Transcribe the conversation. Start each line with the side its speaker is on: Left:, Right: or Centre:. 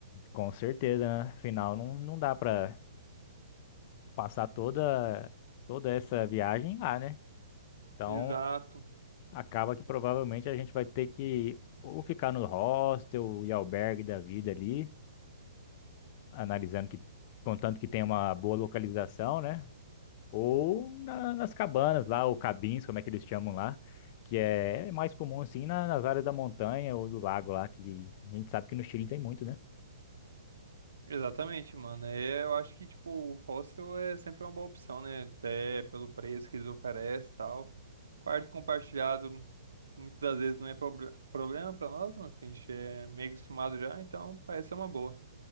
Left: Com certeza, né? Afinal, não, não dá para passar toda toda essa viagem lá, né? Então,
Right: Exato.
Left: Acaba que provavelmente a gente vai ter que ou ficar no hostel e albergue da vida ali, analisando que, contanto que tenha uma boa localização, né? Ou na- nas cabanas lá, ou cabins, como é que eles chamam lá, que é mais comum assim na- nas áreas da montanha ou do lago lá, que a gente sabe que no Chile tem muito, né?
Right: Exatamente, mano. É, eu acho que, tipo, o hostel é sempre uma boa opção, né? Até pelo preço que eles oferecem e tal. Quarto compartilhado, muitas das vezes não é proble- problema pra nós, mano. que A gente é meio acostumado já, então parece ser uma boa.